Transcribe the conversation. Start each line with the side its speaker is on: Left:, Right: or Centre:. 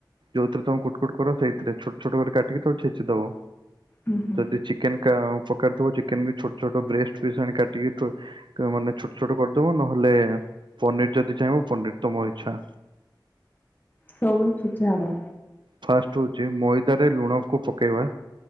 Right: ଯୋଉଥିରେ ତମକୁ କୁଟକୁଟ କର ସେଇଥିରେ ଛୋଟ ଛୋଟ କରି କାଟିକି ତାକୁ ଛେଚିଦବ।
Left: ହୁଁ ହୁଁ
Right: ଯଦି ଚିକେନ ପକିଥିବ ଚିକେନ ବି ଛୋଟ ଛୋଟ ବ୍ରେଷ୍ଟ ପିସ୍ ଆଣି କାଟିକି। ମାନେ ଛୋଟ ଛୋଟ କରିଦବ ନହେଲେ ପନିର ଯଦି ଚାହିଁବ ପନିର ତମ ଇଛା।
Left: ସବୁ ଛେଚା ହବ।
Right: ଫାଷ୍ଟ ହଉଛି ମଇଦାରେ ଲୁଣ କୁ ପକେଇବା।